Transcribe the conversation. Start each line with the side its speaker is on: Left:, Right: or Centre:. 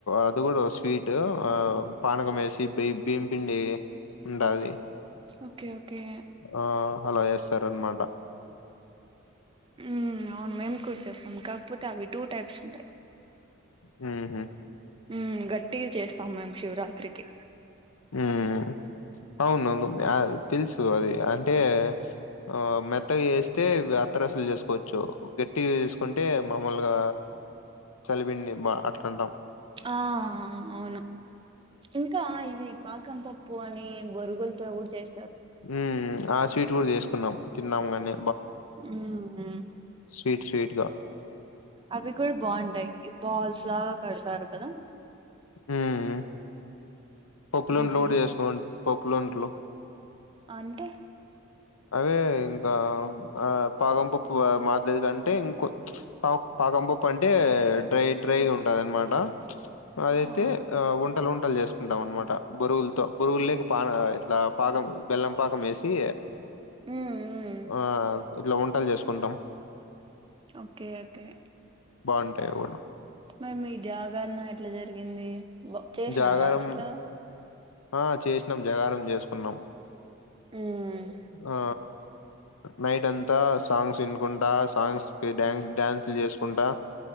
Left: అది కూడా వస్ వీటు ఆ పానకం వేసి బి బీంపిండి ఉండది
Right: ఓకే ఓకే
Left: ఆ అలా ఎస్తేర్ అనమాట.
Right: ఉమ్ అవును మేము కూడా చేస్తాం కాకపోతే అవి టూ టైప్స్ ఉన్నాయ్
Left: ఉహ్ ఉమ్
Right: ఉమ్ గట్టిగా చేస్తాం మేము శివరాత్రికి.
Left: ఉమ్ అవును అది తెలుసు అది అన్ ఏ ఆ మెత్తగా చేస్ అయితే అత్ర ఫిల్ చేసుకోవచ్చు ఒకే టి తీసుకుంటే మామూలుగా చలిపిండి బా అట్లా అంటాం
Right: ఆ అవును ఇ క ఇవి పాకం పప్పు అని బొరుగులతో కూడా చేస్
Left: ఉహ్ ఉమ్ ఆ స్వీట్ కూడా చేస్ <unintelligible> తినామా అని
Right: ఉహ్ ఉమ్
Left: స్వీట్ స్వీట్ గా
Right: అవి కూడా బాగుంటాయ్ బల్స్ లాగా కడతారు కదా?
Left: ఉమ్ పప్పులను
Right: డిఫరెంట్
Left: లోడ్ చేసుకోంటాం కోక్లండ్లో
Right: అంటే
Left: అదే ఇంకా ఆ పాగం పప్పు మాదిరి కంటే ఇంకొ చుప్ పా పాగం పప్పు అంటే డ్రై డ్రైగా ఉంటది అనమాట చుప్ అదైతే
Right: ఆహా
Left: ఆ ఉన్ వంటలు చేసుకుంటాం అన్నమాట బొరువులతో బొరువులు లేక పా ఇట్లా పాకం బెల్లం పాకం వేసి
Right: మ్మ్ మ్మ్
Left: ఆ ఇట్లా ఉంట పట్టలు చేసుకుంటాం <inaudible>
Right: ఓకే ఓకే
Left: బాగుంటాయి కూడా
Right: మరి మీ జాగరణ ఎట్లా జరిగింది చేసారా
Left: జాగారం
Right: అసలు
Left: ఆ చేసినమ్ జాగారం చేసుకున్నాం
Right: ఉమ్
Left: ఆ నైట్ అంతా సాంగ్స్ వినుకుంటా సాంగ్స్ కి డ్యాన్స్ డ్యాన్సులు చేసుకుంటా